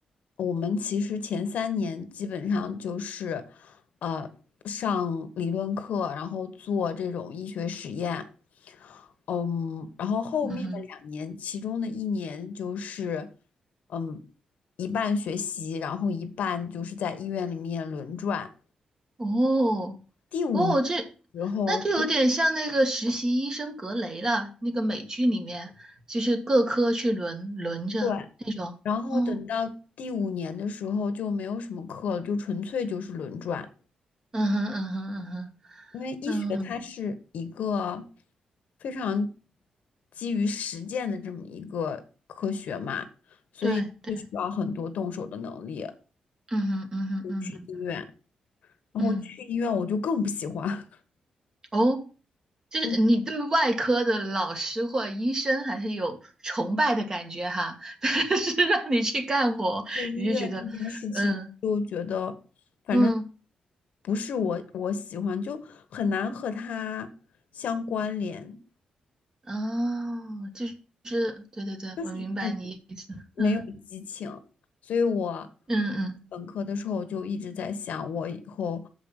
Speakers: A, on the left; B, on the right.
A: 我们其实前三年基本上就是，呃，上理论课，然后做这种医学实验。嗯，然后后面的两年，
B: 嗯哼。
A: 其中的一年就是，嗯，一半学习，然后一半就是在医院里面轮转。
B: 哦，
A: 第五年
B: 哦，这
A: 的时候，
B: 那就有点像那个实习医生格雷了，那个美剧里面就是各科去轮轮着。
A: 对，然后等到第五年的时候就没有什么课了，
B: 哦，
A: 就纯粹就是轮转。
B: 嗯哼，嗯哼，嗯哼，
A: 因为医学它是一个
B: 嗯，
A: 非常基于实践的这么一个科学嘛，所以就需要很多动手的能力。
B: 对对，嗯哼，嗯哼，嗯哼，
A: 去医院，然后去医院我就更不喜欢。
B: 嗯，
A: <laughs>
B: 哦，就是你对外科的老师或医生还是有崇拜的感觉哈，
A: 嗯，
B: <laughs> 但是让你去干活，
A: 对医院那件事情就觉得，
B: 你就觉得，嗯
A: 反正
B: 嗯，
A: 不是我我喜欢，就很难和它相关联。
B: 哦，就是，对对对，
A: 就是那。
B: 我明白你意思，嗯。
A: 没有激情，所以我
B: 嗯嗯
A: 本科的时候就一直在想，我以后